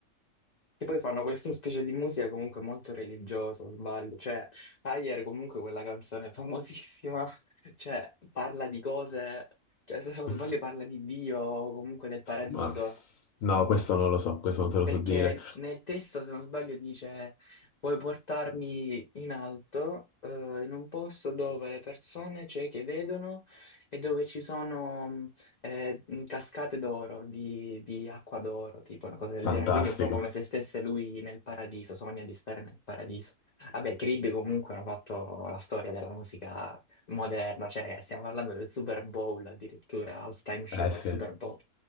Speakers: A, on the left (about 45°); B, on the left (about 70°).
A: Che poi fanno questa specie di musica comunque molto religiosa, o sbaglio. Cioè, Higher comunque quella canzone famosissima, <laughs> cioè, parla di cose, cioè, se non sbaglio
B: Eh.
A: parla di Dio o comunque del paradiso.
B: Ma no, questo non lo so, questo non te lo
A: Perché
B: so dire.
A: nel testo, se non sbaglio, dice: Puoi portarmi in alto, eh, in un posto dove le persone cieche vedono e dove ci sono mh, eh, mh, cascate d'oro, di, di acqua d'oro, tipo una cosa del
B: Fantastico.
A: genere. Quindi, un po' come se stesse lui nel paradiso, sogna di stare nel paradiso. Vabbè, Creed comunque hanno fatto la storia della musica moderna, cioè stiamo parlando del Super Bowl, addirittura, halftime show
B: Eh
A: al
B: sì.
A: Super Bowl.